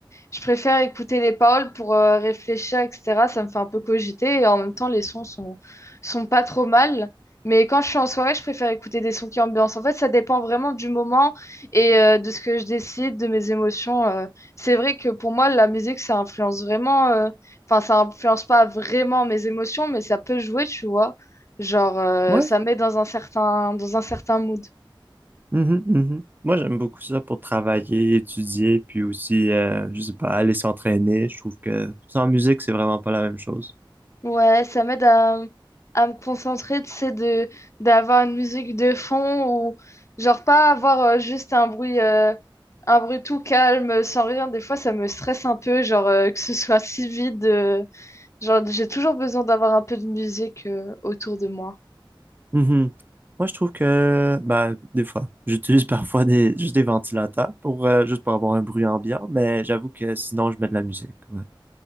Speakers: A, on the left; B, on the right.
A: je préfère écouter les paroles pour euh, réfléchir, etc. Ça me fait un peu cogiter et en même temps, les sons sont, sont pas trop mal. Mais quand je suis en soirée, je préfère écouter des sons qui ambiancent. En fait, ça dépend vraiment du moment et euh, de ce que je décide, de mes émotions. euh. C'est vrai que pour moi, la musique, ça influence vraiment. euh, Enfin, ça influence pas vraiment mes émotions, mais ça peut jouer, tu vois. Genre, euh,
B: Ouais,
A: ça met dans un certain, dans un certain mood.
B: Mhm, mhm. Moi, j'aime beaucoup ça pour travailler, étudier, puis aussi, euh, je sais pas, aller s'entraîner. Je trouve que sans musique, c'est vraiment pas la même chose.
A: Ouais, ça m'aide à, à me concentrer, tu sais, de, d'avoir une musique de fond ou genre pas avoir euh, juste un bruit, euh, un bruit tout calme, sans rien. Des fois, ça me stresse un peu, genre euh, que ce soit si vide. euh, genre, j'ai toujours besoin d'avoir un peu de musique euh, autour de moi.
B: Mhm. Moi, je trouve que, bah, des fois, <laughs> j'utilise parfois des, juste des ventilateurs pour, euh, juste pour avoir un bruit ambiant, mais j'avoue que sinon, je mets de la musique. Ouais,